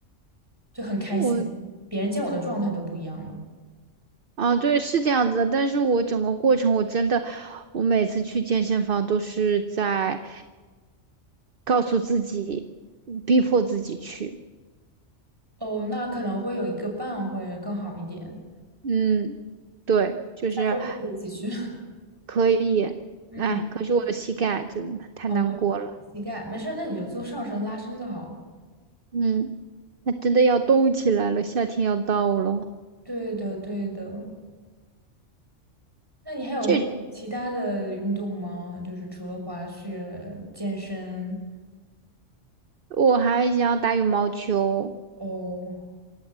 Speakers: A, on the right (about 20°); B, on the right (about 50°).
A: 就很开心，
B: 我。
A: 别人见我的状态都不一样了。
B: 啊，对，是这样子的，但是我整个过程我真的，我每次去健身房都是在告诉自己，逼迫自己去。
A: 哦，那可能会有一个伴会更好一点。
B: 嗯，对，就是
A: 下次我们可以一起去。<laughs>
B: 可以，
A: 嗯，
B: 哎，可是我的膝盖真的太难过了。
A: 哦，对，对膝盖没事儿，那你就做上身拉伸就好了。
B: 嗯，那真的要动起来了，夏天要到了。
A: 对的，对的。那你还有做其他的运动吗？
B: 这
A: 就是除了滑雪、健身。
B: 我还想打羽毛球，
A: 哦，